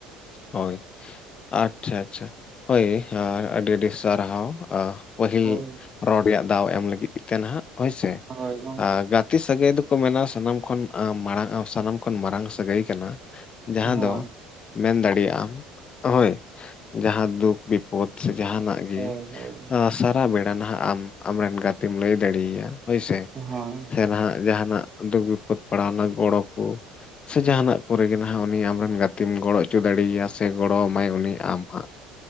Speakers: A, on the left; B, on the right.
A: ᱦᱳᱭ ᱟᱪᱪᱷᱟ ᱟᱪᱪᱷᱟ ᱦᱳᱭ ᱟᱹᱰᱤ ᱟᱹᱰᱤ ᱥᱟᱨᱦᱟᱣ᱾ ᱯᱟᱹᱦᱤᱞ
B: ᱦᱳᱭ
A: ᱨᱚᱲ ᱨᱮᱭᱟᱜ ᱫᱟᱣ ᱮᱢ ᱞᱟᱹᱜᱤᱫ ᱛᱮ ᱱᱟᱦᱟᱜ ᱦᱳᱭᱥᱮ
B: ᱦᱳᱭ ᱜᱚᱝᱠᱮ
A: ᱜᱟᱛᱮ ᱡᱛᱤ ᱥᱟᱹᱜᱟᱹᱭ ᱫᱚᱠᱚ ᱢᱮᱱᱟ ᱥᱟᱱᱟᱢ ᱠᱷᱚᱱᱟᱝ ᱥᱟᱱᱟᱢ ᱠᱷᱚᱱ ᱢᱟᱨᱟᱝ ᱥᱟᱹᱜᱟᱹᱭ ᱠᱟᱱᱟ᱾ ᱡᱟᱦᱟᱸ
B: ᱦᱳᱭ
A: ᱫᱚ ᱢᱮᱱ ᱫᱟᱲᱮᱭᱟᱜ ᱟᱢ, ᱦᱳᱭ ᱡᱟᱦᱟᱸ ᱫᱩᱠ ᱵᱤᱯᱚᱫ ᱥᱮ ᱡᱟᱦᱱᱟ ᱜᱮ
B: ᱦᱳᱭ ᱦᱳᱭ
A: ᱥᱟᱨ ᱥᱟᱨᱟ ᱵᱮᱲᱟ ᱱᱟᱦᱟᱜ ᱟᱢ ᱟᱢᱨᱮᱱ ᱜᱟᱛᱮᱢ ᱞᱟᱹᱭ ᱫᱟᱲᱮᱭᱟᱭᱟ ᱦᱳᱭᱥᱮ
B: ᱦᱳᱭ
A: ᱥᱮ ᱱᱟᱦᱟᱜ ᱡᱟᱦᱟᱱᱟᱜ ᱫᱩᱠ ᱵᱤᱯᱚᱫ ᱯᱟᱲᱟᱣᱱᱟ ᱜᱚᱲᱚ ᱠᱚ ᱥᱮ ᱡᱟᱦᱟᱱᱟᱜ ᱠᱚᱨᱮ ᱜᱮ ᱱᱟᱦᱟᱜ ᱩᱱᱤ ᱟᱢᱨᱮᱱ ᱜᱟᱛᱮᱢ ᱜᱚᱲᱚ ᱪᱚ ᱪ ᱫᱟᱲᱮᱭᱟᱭ ᱥᱮ ᱜᱚᱲᱚ ᱟᱢᱟᱭ ᱩᱱᱤ ᱟᱢ ᱦᱟᱸᱜ